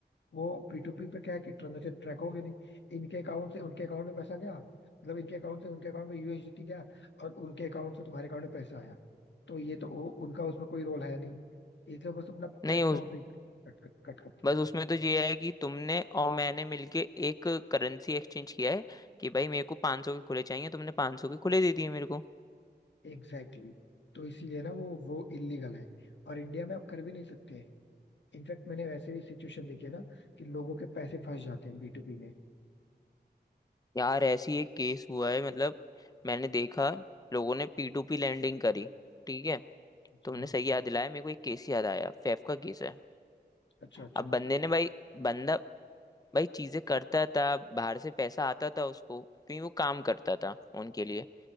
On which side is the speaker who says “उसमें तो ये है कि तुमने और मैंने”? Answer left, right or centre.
Left